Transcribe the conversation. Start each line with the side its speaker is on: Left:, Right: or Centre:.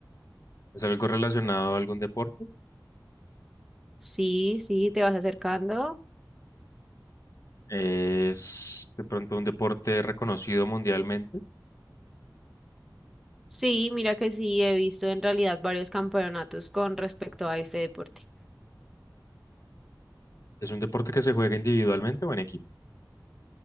Left: es algo relacionado a algún deporte,
Centre: Sí, sí, te vas acercando.
Left: es de pronto un deporte reconocido mundialmente,
Centre: Sí, mira que sí, he visto en realidad varios campeonatos con respecto a este deporte.
Left: es un deporte que se juega individualmente o en equipo.